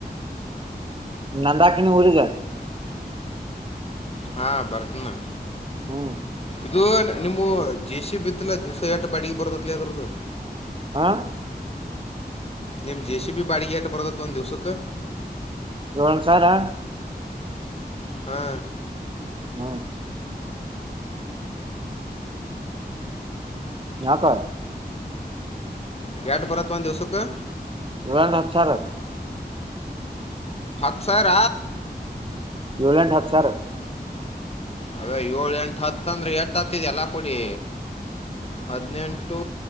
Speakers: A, on the right; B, on the left.
A: ನಂದಾನ ನೀಊಗ
B: ಹಾಂ ಬರ್ತನ
A: ಹ್ಮ್
B: ಇದು ನಿಮ್ಮ ಜೇಸ ಬಿತ್ತಲಾ ದಿವ್ಸ ಜಾಟ ಬಾಡಿಗೆ ಬರದತ್ತಲ ಯದ್ರದ್ದು
A: ಹಾ
B: ನಿಮ್ಮ ಜೆ ಸಿ ಬಿ ಬಾಡಿಗೆ ಆಷ್ಟು ಬರೋದತ್ತತ್ತು ಒಂದು ದಿವ್ಸಕ್ಕೆ
A: ಇವಳುಸಾರಾ
B: ಹಾ
A: ಹ್ಮ್ ಯಾ ಕ
B: ಎಟು ಬರತ್ತ ಒಂದು ದಿವ್ಸಕ್ಕೆ
A: ಯುಟುಇಲ್ಲ ಹಾತು ಸವೀರ
B: ಹತ್ ಸರ
A: ಏಳೆಂ ಹತ್ತು ಸರ್
B: ಅದೇ ಏಳು ಎಂಟು ಹತ್ತಂದ್ರೆ ಎಟ್ಟ ಹತ್ತಿದ ಎಲ್ಲಾ ಕುಡಿ ಹದಿನೆಂಟು